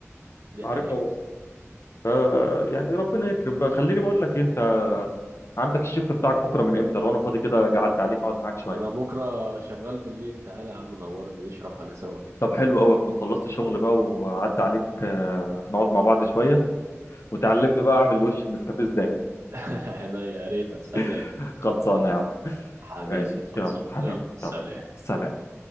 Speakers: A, on the right (about 60°); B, on the left (about 60°).
A: دي
B: معرفه
A: حقيقة
B: ووصف ف يعني ربنا يكرم بقى خليني بقول لك إيه، انت عندك الشيفت بتاعك بكره من امتى لو انا فاضي كده اجي اعدي عليك اقعد معاك شويه
A: أنا بكرة شغال بالليل تعالى يا عم نورني نشرب حاجة سوا كده
B: طب حلو قوي اكون خلصت شغل بقى وعدي عليك آه، نقعد مع بعض شويه وتعلمني بقى اعمل وش النسكافيه ازاي
A: <laughs> هنا يا ريت أستناك
B: <laughs> خلصانه يا عم
A: حبيبي
B: ماشي
A: خلصانة
B: يلا حبيبي
A: يلا سلام
B: يلا سلام